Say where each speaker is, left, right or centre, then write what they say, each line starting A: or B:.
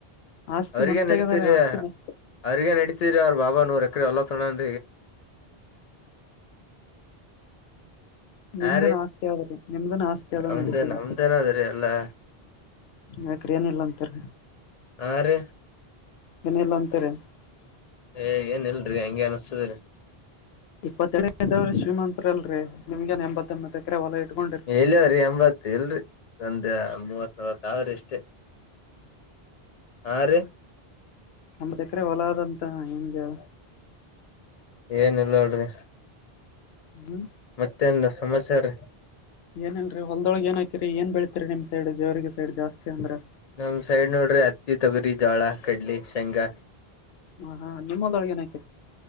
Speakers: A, on the left; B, on the left.
A: ಆಸ್ತಿ
B: ಅವ್ರಗ
A: ಮಸ್ತ್
B: ನಡೀತೀರ
A: ಆಗ್ಯದ್ರೀ ಆಸ್ತಿ ಮಸ್ತ್
B: ಅವ್ರಗ ನಡಿತೀರಿ ಅವ್ರ ಬಾಬಾ ನೂರ್ ಎಕರೆ ಹೊಲ್ಲ ತಗೋ
A: ನಿಮ್ದ
B: ಹಾ ರೀ
A: ನಾಸ್ತಿ ಅವ. ನಿಮ್ದನ್ ಆಸ್ತಿ ಅದ
B: ನಮ್ದೇ
A: ನಡೀತದ
B: ನಮ್ದೇನ ಅದ್ರಿ ಎಲ್ಲಾ
A: ಯಕ್ರ ಏನ ಇಲ್ಲ ಅಂತಾರ.
B: ಆರ್ ರೆ
A: <unintelligible>
B: ಏ ಏನ್ ಇಲ್ರಿ ಹಂಗೆ ಅನ್ಸ್ತದರಿ.
A: ಇಪ್ಪತ್ತ ಎದವ್ರಿ ಶ್ರೀಮಂತತ್ರಲ್ರರಿ ನಿಮ್ಗನ್ ಎಂಬತ್ತ ಎಂಬತ್ತ ಎಕರೆ ಹೊಲ. ಇಟ್ಕೊಂಡಿರಿ
B: ಎಲವರಿ ಎಂಬತ್ ಎಲ್ರಿ. ಒಂದೆ ಮೂವತ್ತು ನಲವತ್ತು ಅವರೇ ಇಷ್ಟೇ ಹ ರೀ.
A: ನಮ್ಮತ್ ಎಕರೆ ಹೊಲದಂತ ಹೆಂಗೆ.
B: ಏನಲ್ಲ ನೋಡ್ರಿ
A: ಹ್ಮ
B: ಮತ್ತೇಂದು ಸಮಾಚಾರ.
A: ಏನಲ್ರಿ ಹೊಲ್ದೊಳ ಏ ಹಾಕಿರಿ ಏನ್ ಬೆಳ್ತತಿರಿ ನಿಮ್ ಸೈಡ್ ಜೇವರ್ಗ ಸೈಡ್ ಜಾಸ್ತಿ ಅಂದ್ರೆ.
B: ನಮ ಸೈಡ್ ನೋಡ್ರಿ ಅಕ್ಕಿ ತಗರಿ ಜೋಳ ಕಡ್ಲಿ ಶೆಂಗಾ.
A: ಹ ಹಾ ನಿಮ್ಮೊಳಗೆಏ ಹಕರಿ.